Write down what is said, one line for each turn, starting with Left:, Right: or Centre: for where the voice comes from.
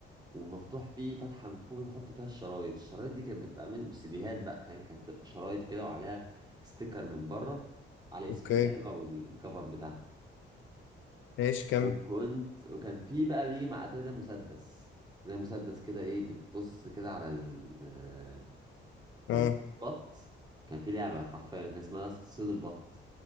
Right: ومفتوح فيه فتحه من فوق بنحط فيها الشرايط الشرايط دي كانت بتبقى مش مش سيديهات بقى فاهم كانت بتبقى شرايط كده وعليها ستيكر من بره على اسم
Left: اوكي
Right: اللعبه والكفر بتاعها
Left: ماشي كمل
Right: وكنت وكان في بقى بيجي مع اتاري ده مسدس زي مسدس كده ايه بتبص كده على ال كان
Left: اه
Right: بط كان في لعبة حرفيا كان اسمها صيد البط